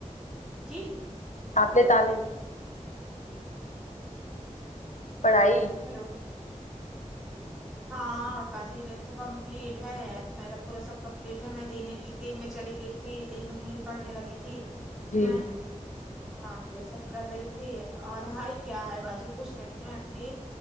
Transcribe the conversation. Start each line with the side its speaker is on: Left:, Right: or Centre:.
Centre: جی
Left: اپنے تعلیم پڑھائی
Centre: ہیلو ہاں ہاں باجی میرے تو کمپلیٹ ہے میرا پورا سب کمپلیٹ ہے میں دین ہی میں دین میں چلی گئی تھی دین میں ہی پڑنے لگی تھی
Left: جی
Centre: ہیں ہاں یہی سب کر رہی تھی اور ہائی کیا ہے باجی خش نہیں ہیں دین